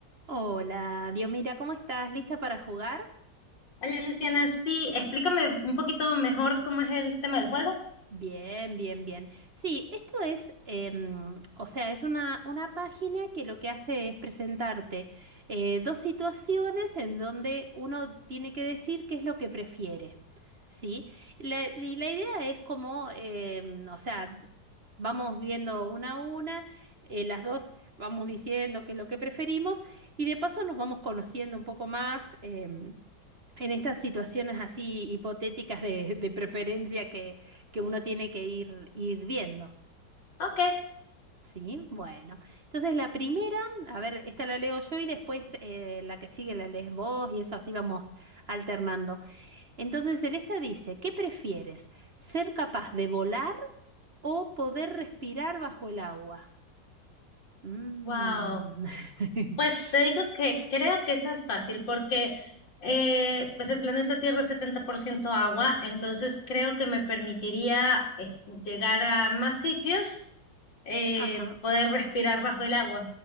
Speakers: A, on the right; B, on the left.
A: Hola, Diomira, ¿cómo estás? ¿Lista para jugar?
B: Hola Luciana, sí, explícame un poquito mejor cómo es el tema del juego.
A: Bien, bien, bien. Sí, esto es, em, o sea, es una, una página que lo que hace es presentarte eh, dos situaciones en donde uno tiene que decir qué es lo que prefiere, ¿sí? La- y la idea es como, em, o sea, vamos viendo una a una, eh, las dos vamos diciendo qué es lo que preferimos y de paso nos vamos conociendo un poco más. em, En estas situaciones así hipotéticas de, de preferencia que, que uno tiene que ir, ir viendo.
B: Ok,
A: Sí, bueno. Entonces la primera, a ver, esta la leo yo y después eh, la que sigue la lees vos y eso así vamos alternando. Entonces en esta dice, ¿qué prefieres? ¿Ser capaz de volar o poder respirar bajo el agua? Mm.
B: wow.
A: <laughs>
B: Pues te digo que creo que esa es fácil porque eh, pues el planeta Tierra es 70% agua, entonces creo que me permitiría eh, llegar a más sitios, eh,
A: Ajá.
B: poder respirar bajo el agua,